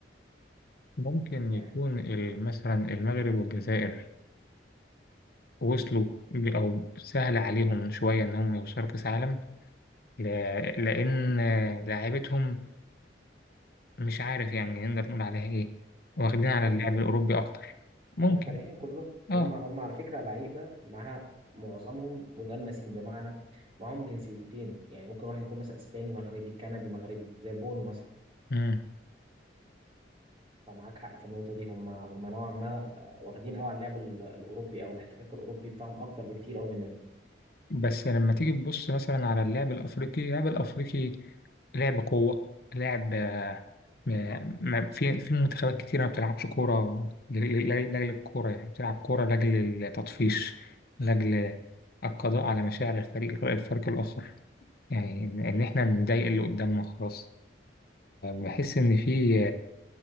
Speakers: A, on the left (about 55°); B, on the right (about 30°).
A: ممكن
B: يعني
A: يكون ال- مثلا المغرب والجزائر وصلوا ب- او سهل عليهم شوية ان هم يوصلوا كاس عالم ل- لأن لعيبتهم مش عارف يعني نقدر نقول عليها إيه واخدين
B: محترفين
A: على اللعب الأوروبي أكتر ممكن
B: محترفين كلهم
A: آه
B: هم هم على فكرة لعيبة معاها معظمهم مجنسين بمعنى معاهم جنسيتين يعني ممكن واحد يكون مثلا اسباني مغربي كندي مغربي زي بونو مثلا
A: مم.
B: فمعاك حق في النقطة دي هم هم نوعا ما آه، واخدين قوي على اللعب ال- الأوروبي أو الاحتكاك الأوروبي بتاعهم أكتر بكتير أوي مننا
A: بس لما تيجي تبص مثلا على اللعب الأفريقي اللعب الأفريقي لعب قوة لعب آه، م- ما في في منتخبات كتير ما بتلعبش كورة ل- ل- ل- لأجل الكورة يعني بتلعب كورة لأجل التطفيش لأجل القضاء على مشاعر الفريق الفريق الآخر يعني إن إن إحنا نضايق اللي قدامنا خلاص بحس إن في